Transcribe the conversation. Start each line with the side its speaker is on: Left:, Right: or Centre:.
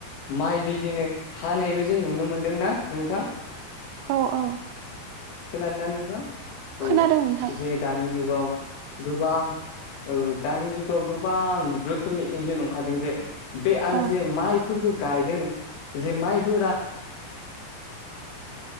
Left: माइ बिदिनो हानायबो जों नुनो मोनदोंना नोंथां
Right: औ औ
Left: खोनादोना नोंथां औ
Right: खोनादों नोंथां
Left: जे दानि जुगाव गोबां दानि जुगाव गोबां रोखोमनि इन्जिन जे बे आरो
Right: औ
Left: जे माइफोरखौ गायदों जे माइफोरा